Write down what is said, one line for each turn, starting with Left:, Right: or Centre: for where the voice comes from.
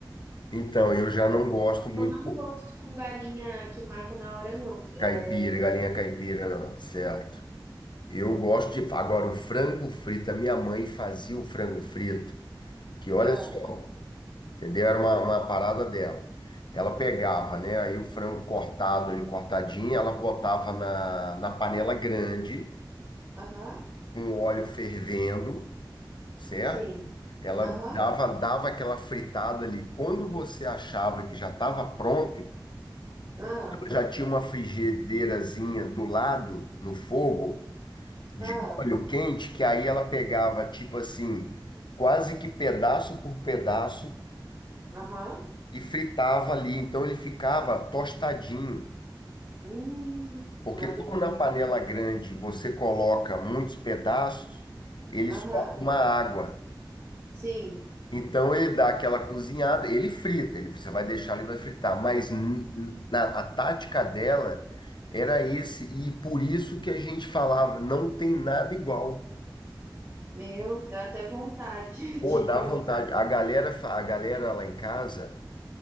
Left: Então, eu já não gosto muito
Right: Eu não
Left: pô,
Right: gosto com galinha que mata na hora, não. É...
Left: caipira, galinha caipira, não, certo? Eu gosto de. Agora, o frango frito, a minha mãe fazia o frango frito, que olha
Right: Ah,
Left: só. Entendeu? Era uma, uma parada dela. Ela pegava, né? Aí o frango cortado, ele cortadinho, ela botava na, na panela grande,
Right: aham,
Left: com o óleo fervendo, certo?
Right: sim.
Left: Ela
Right: Aham,
Left: dava, dava aquela fritada ali. Quando você achava que já estava pronto,
Right: ah,
Left: ela já tinha uma frigideirazinha do lado, no fogo, de
Right: ah,
Left: óleo quente, que aí ela pegava, tipo assim, quase que pedaço por pedaço
Right: aham.
Left: e fritava ali. Então ele ficava tostadinho,
Right: Hum,
Left: porque
Right: uma delícia.
Left: como na panela grande você coloca muitos pedaços, ele solta
Right: Aham,
Left: uma água.
Right: sim.
Left: Então ele dá aquela cozinhada, ele frita, ele, você vai deixar ele vai fritar, mas n- n- na, a tática dela era esse, e por isso que a gente falava, não tem nada igual.
Right: Meu, dá até vontade
Left: Pô,
Right: <laughs> de provar.
Left: dá vontade. A galera, fa- a galera lá em casa